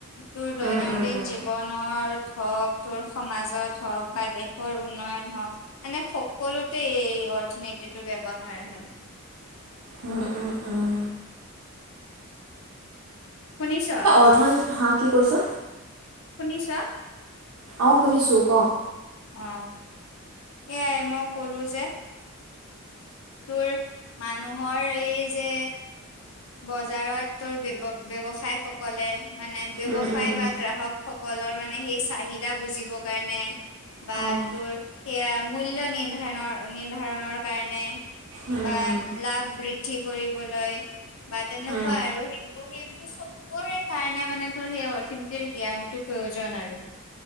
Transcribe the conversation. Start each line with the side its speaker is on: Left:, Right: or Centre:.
Left: তোৰ দৈনন্দিন
Right: উম উম উম।
Left: জীৱন- নৰ হওক, তোৰ সমাজত হওক বা দেশৰ উন্নয়ন হওক মানে সকলোতে এই অৰ্থনীতিটো ব্যৱহাৰ হয়।
Right: উম উম উম।
Left: শুনিছ
Right: অৰ্থনী হা কি কৈছ
Left: শুনিছা
Right: অ শুনিছোঁ ক
Left: অ এয়াই মই ক'লোঁ যে তোৰ মানুহৰ এই যে বজাৰতৰ তোৰ ব্যব ব্যৱসায় সকলে মানে ব্যৱসায়
Right: উম উম উম
Left: বা গ্ৰাহক স- কলৰ মানে সেই চাহিদা বুজিবৰ কাৰণে বা
Right: অঁ
Left: তোৰ সেয়া মূল্য নিৰ্ধাণৰ নিৰ্ধাৰণৰ কাৰণে
Right: উম
Left: বা
Right: উম
Left: লাভ বৃদ্ধি কৰিবলৈ বা তেনেকুৱা
Right: উম
Left: আৰু সেইবোৰ সেইবোৰ চব চবৰে কাৰণে মানে তোৰ সেই অৰ্থনীতিৰ জ্ঞানটো প্ৰয়োজন আৰু।